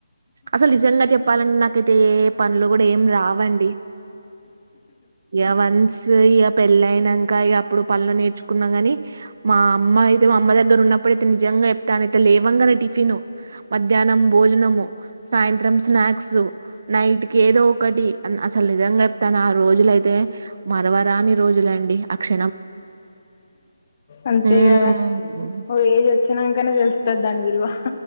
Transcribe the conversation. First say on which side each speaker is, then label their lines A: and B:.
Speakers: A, on the right; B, on the left.
A: అసలు నిజంగా చెప్పాలంటే నాకైతే ఏ పనులు కూడా ఏం రా అవండి యా వన్స్ యా పెళ్లయినాకా యా ఇప్పుడు పనులు నేర్చుకున్నాం కాని మా అమ్మ అయితే మా అమ్మ దగ్గర ఉన్నప్పుడుైతే నిజంగా చెప్తానయితే లేవంగానే టిఫిను మధ్యాహ్నం భోజనము సాయంత్రం స్నాక్స్ నైట్ కి ఏదో ఒకటి అసలు నిజంగా కానీ ఆ రోజులయితే మరవరాని రోజులండి అక్ష
B: అంతే
A: హ్మ్
B: కద ఓ ఏజ్ వచ్చినాకనే తెలుస్తది దాని విలువ